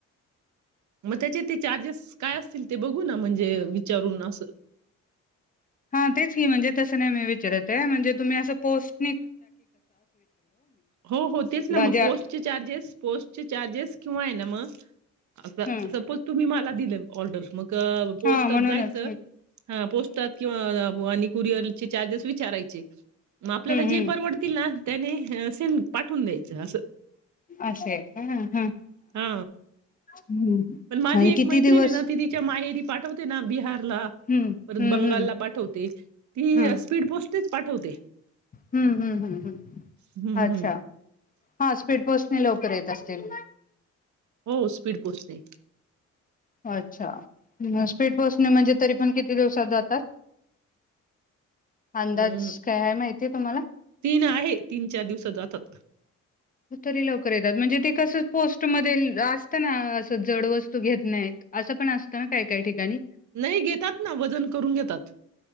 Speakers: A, on the right (about 70°); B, on the left (about 25°).
A: म त्याचे ते चार्जेस काय असतील ते बघू ना म्हणजे विचारून असं
B: हा तेच की म्हणजे तस नाही मी विचतये म्हणजे तुम्ही अस पोस्ट
A: हो होतेच
B: म्हणजे
A: ना मग पोस्ट चार्जेस पोस्टचे चार्जेस किंवा हे ना म अस
B: हं
A: सपोज तुम्ही मला दिलत ऑर्डस् मग क पोस्टात
B: हा म्हणूनच
A: जायच हा पोस्टात किंवा व आणि कुरिअर चे चार्जेस विचारायचे. म आपल्याला
B: हम्म
A: जे तीला त्यानी त असेन पाठवून दे. च असं.
B: अस ये का.
A: हा
B: हम्म
A: पण माझी
B: आणि
A: एक
B: किती
A: मैतिणी
B: दिवस
A: ना ती तिच्या माहेरी पाठवते ना बिहारला
B: हम्म
A: परत
B: हम्म
A: बंगालला
B: हम्म
A: पाठवते ती
B: हम्म
A: स्पीड पोस्ट नेच पाठवते.
B: हम्म हम्म हम्म
A: हम्म
B: अच्छा
A: हम्म
B: हा स्पीड पोस्ट ने लवकर येत असतील.
A: हो स्पीड पोस्टने
B: अच्छा म स्पीड पोस्टने म्हणजे तरी पण किती दिवसात जातात. अंदाज
A: हम्म.
B: काय हाय माहित. ते तुम्हाला
A: तीन आहे तीन, चार दिवसात जातात.
B: तरी लवकर येतात म्हणजे ते कसं पोस्ट मध्ये असतं ना असं जड वस्तू घेत नाहीत असं पण असतं ना काय काय ठिकाणी.
A: नई घेतात ना वजन करून घेतात.